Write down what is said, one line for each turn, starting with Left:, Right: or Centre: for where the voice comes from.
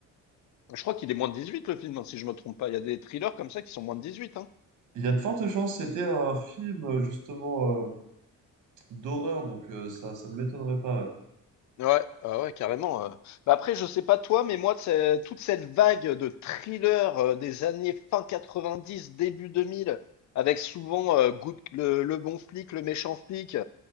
Left: Je crois qu'il est moins de 18 le film, hein, si je me trompe pas. Il y a des thrillers comme ça qui sont moins de 18, hein.
Right: Il y a de fortes chances, c'était un film euh, justement euh, d'horreur, donc euh, ça, ça ne m'étonnerait pas.
Left: Ouais, ah ouais, carrément. euh. Bah après, je sais pas toi, mais moi, c'est- toute cette vague de thrillers euh, des années fin 90, début 2000, avec souvent euh, Good- le, le bon flic, le méchant flic,